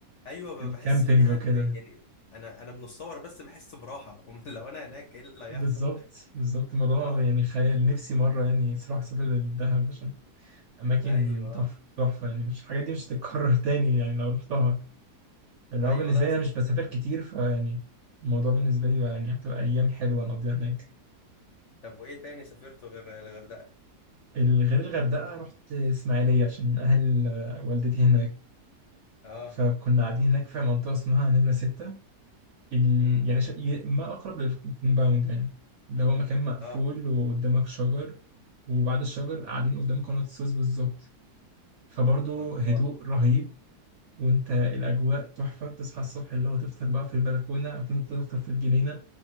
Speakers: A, on the left; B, on the right.
A: ايوه ب-
B: الكامبينج
A: بحس فيها
B: وكده
A: ان يعني انا انا من الصور بس بحس براحه <laughs> أمال لو انا هناك ايه اللي هيحصل
B: بالظبط بالظبط الموضوع
A: اه
B: يعني خيال نفسي مرة يعني صراحة أسافر للدهب عشان أماكن
A: ايوه
B: تحفة
A: آه.
B: تحفة يعني مش الحاجات دي مش هتتكرر <laughs> تاني يعني لو رحتها اللي
A: ايوه
B: هو بالنسبة
A: لا
B: لي
A: صح
B: أنا مش بسافر كتير فيعني الموضوع بالنسبة لي يعني هتبقى أيام حلوة نقضيها هناك
A: طب وايه تاني سافرته غير الغردقه
B: ال- غير الغردقة رحت إسماعيلية عشان أهل آه، والدتي هناك
A: اه
B: فكنا قاعدين هناك في منطقة اسمها نمرة ستة ال...
A: امم
B: يعني شا... ي- ما أقرب للكومباوند يعني اللي هو مكان مقفول
A: اه
B: وقدامك شجر وبعد الشجر قاعدين قدام قناة السويس بالظبط فبرضه
A: الله
B: هدوء رهيب وانت الأجواء تحفة تصحى الصبح اللي هو تفطر بقى في البلكونة أو كنت تفطر في الجنينة